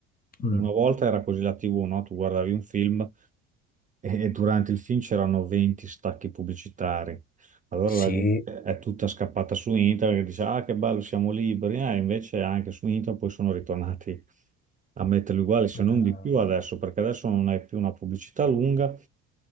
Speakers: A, on the left; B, on the right.
A: Mm,
B: una volta era così la TV, no? Tu guardavi un film e durante il film c'erano 20 stacchi pubblicitari. Allora
A: sì,
B: la gente è tutta scappata su internet e dice: Ah, che bello, siamo liberi. Eh, invece anche su internet poi sono ritornati a metterli uguali, se
A: eh,
B: non di più adesso, perché adesso non hai più una pubblicità lunga,